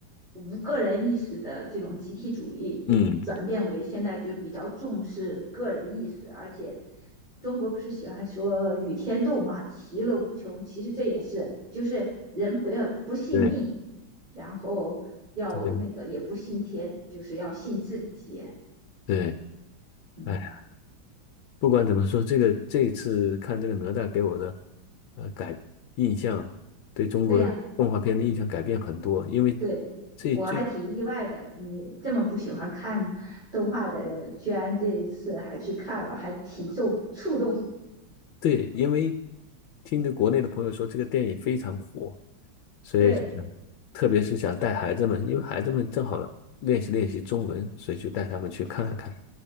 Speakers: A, on the right; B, on the left.
A: 无个人意识的这种集体主义，一转变为现在就比较重视个人意识，
B: 嗯
A: 而且中国不是喜欢说与天斗嘛，其乐无穷。其实这也是，就是人不要不信命，
B: 对
A: 然后要那个也不信天，
B: 对
A: 就是要信自己。
B: 对，
A: 嗯，
B: 哎。不管怎么说，这个这次看这个哪吒给我的呃改印象，对中国动画片的印象改变很多，
A: 对呀、啊
B: 因为
A: 对，
B: 这这
A: 我还挺意外的，你这么不喜欢看动画的人，居然这一次还去看了，还挺受触动。
B: 对，因为听着国内的朋友说这个电影非常火，所以就想特别是想带孩子们，
A: 对
B: 因为孩子们正好练习练习中文，所以就带他们去看看。